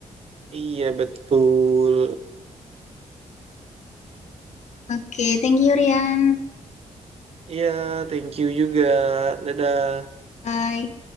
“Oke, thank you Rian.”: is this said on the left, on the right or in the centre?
Left